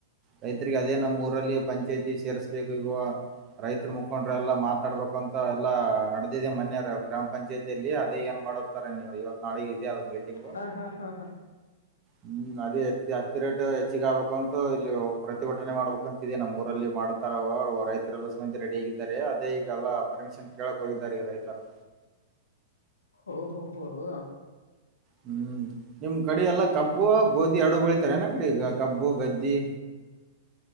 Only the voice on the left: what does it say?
ಹಾ ಹಾ ಹಾ ಹಾ
ಓಹೋ ಹೋ ಹೌದ